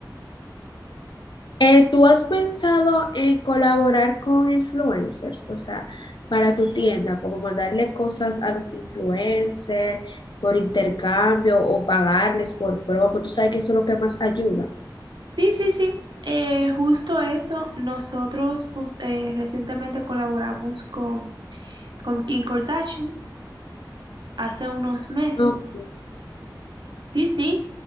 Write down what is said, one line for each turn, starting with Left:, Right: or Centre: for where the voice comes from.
Left: Eh, ¿tú has pensado en colaborar con influencers? O sea, para tu tienda, como mandarle cosas a los influencers por intercambio o pagarles por promo. Tú sabes que eso es lo que más ayuda.
Right: Sí, sí, sí. Eh, justo eso, nosotros jus- eh, recientemente colaboramos con, con Kim Kardashian hace unos meses.
Left: Ok,
Right: Sí, sí.